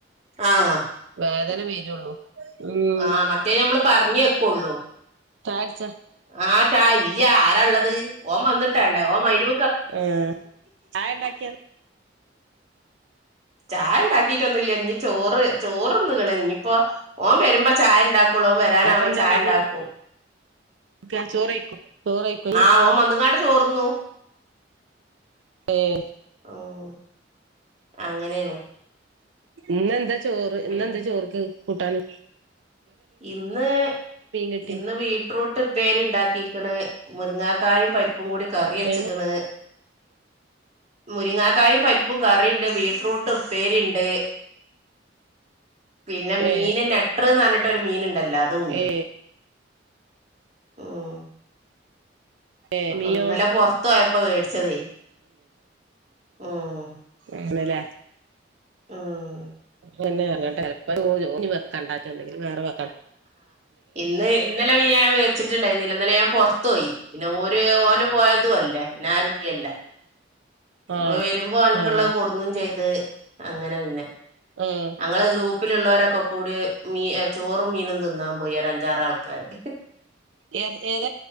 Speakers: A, on the right; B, on the right.
A: ആഹ്
B: വേദന വരുള്ളൂ ഉം
A: ആഹ് മറ്റേ നമ്മള് പറഞ്ഞെക്കുള്ളൂ
B: ചായട്ച്ച
A: ആഹ് ചാ ഇല്ല ആരള്ളത് ഓം വന്നിട്ടാണ്ട ഓ മരിബി
B: ആഹ് ചായണ്ടാക്കി
A: ചായണ്ടാക്കിട്ടൊന്നുല്ല ഇഞ് ചോറ് ചോറ്ന്ന്ക്ക്ണ് ഇഞ്ഞിപ്പോ ഓം വരുമ്പോ ചായണ്ടാ ക്കുളം വരാനാവുമ്പോ
B: അപ്പൊ എന്താ
A: ചായണ്ടാക്കും
B: ഉണ്ടാക്കി കൊടുക്ക ചോറ് കഴിക്കോ ചോറ് കഴിക്കോ
A: ആഹ് ഓൻ വന്ന്ങ്ങാണ്ട് ചോറ്ന്നു
B: ഏഹ്
A: ഓഹ് അങ്ങനെണ്
B: ഇന്നെന്താ ചോറ് ഇന്നെന്താ
A: പിന്നെ
B: ചോറ്ക്ക് കൂട്ടാണ്
A: ഇന്ന്
B: കിട്ടി
A: ഇന്ന് വീട്രൂട്ട് ഇപ്പേരിണ്ടാക്കിക്ക്ണ് മുരിങ്ങാക്കായും പരി പ്പും കൂടി കറിച്ച്ക്കണ്
B: ഏ
A: മുരിങ്ങാക്കായും പരിപ്പും കറിണ്ട് ബീട്രൂട്ട് ഉപ്പേരിണ്ട് പിന്നെ മീന്
B: ഏ
A: നെട്ട്രന്നർഞ്ഞിട്ടൊരു മീന്ണ്ടല്ലോ അതു ഉണ്ട്
B: ഏ
A: ഉം
B: ഏ
A: അപ്പൊ
B: മീനോ
A: ഇന്നലെ പൊറത്തോയപ്പോ വേടിച്ചതേനി ഉം
B: ഇന്നലെ
A: ഉം
B: പിന്നെ വേണ്ട ചെലപ്പോ ഇഞ് വെക്കണ്ട എന്തങ്കിലും വേറെ വെ
A: ഇന്ന് ഇന്നലെ മീ ഞാൻ വേടിച്ചിട്ടുണ്ടായിരുന്നില്ല ഇ ന്നലെ ഞാൻ വെച്ചിട്ട്ണ്ടായിരുന്നില്ല ഇന്നലെ ഞാൻ പൊർത്തോയി പിന്നെ ഓര് ഓന് പോയതും അല്ലേ പിന്നെ ആരുല്ല്യല്ല
B: ആഹ്
A: വരുമ്പോ ഓൻക്ക്ള്ള
B: ആഹ്
A: കൊടുന്നുംചെയ്ത് അങ്ങനെ പിന്നെ
B: എഹ്
A: ഞങ്ങളെ ഗ്രൂപ്പിലിള്ളൊരൊക്കെക്കൂടി മീ ചോറും മീനും തിന്നാൻ പോയി ഒര് അഞ്ചാറ ആൾക്കാര്
B: ഏഹ് ഏക